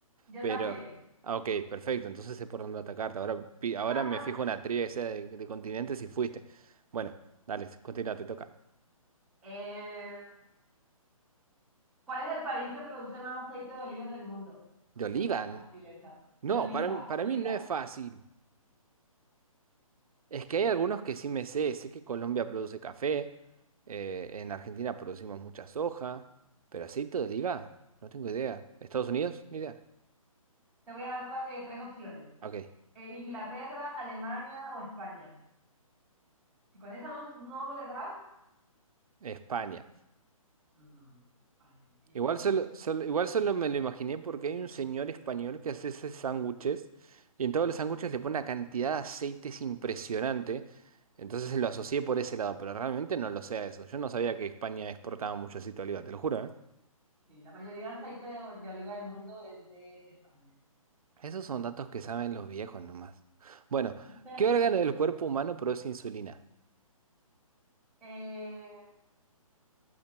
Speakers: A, in the centre; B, on the right.
A: Yo
B: Pero,
A: también.
B: ah, ok, perfecto, entonces sé por dónde atacarte. Ahora, pi- ahora
A: <laughs>
B: me fijo una trivia que sea de, de continentes y fuiste. Bueno, dale, continúa, te toca.
A: Eh, ¿Cuál es el país que produce más aceite de oliva en el mundo?
B: ¿De
A: Es
B: Olivan?
A: muy fácil esa.
B: No,
A: De oliva,
B: para, para
A: oliva.
B: mí no es fácil. Es que hay algunos que sí me sé. Sé que Colombia produce café, eh, en Argentina producimos mucha soja, pero aceite de oliva, no tengo idea. ¿Estados Unidos? Ni idea.
A: Te voy a dar cua- eh, tres opciones.
B: Ok,
A: Eh, Inglaterra, Alemania o España. Si con esa no, no le das,
B: España.
A: mm, España. Ellos
B: Igual
A: producen
B: solo,
A: el-
B: solo- igual solo me lo imaginé porque hay un señor español que hace esos sándwiches y en todos los sándwiches le pone una cantidad de aceites impresionante. Entonces lo asocié por ese lado, pero realmente no lo sé a eso. Yo no sabía que España exportaba mucho aceite de oliva, te lo juro, ¿eh?
A: sí, la mayoría de aceite de, o- de oliva del mundo es de, de España.
B: Esos son datos que saben los viejos nomás. Bueno,
A: <laughs>
B: ¿qué órgano del cuerpo humano produce insulina?
A: Eh,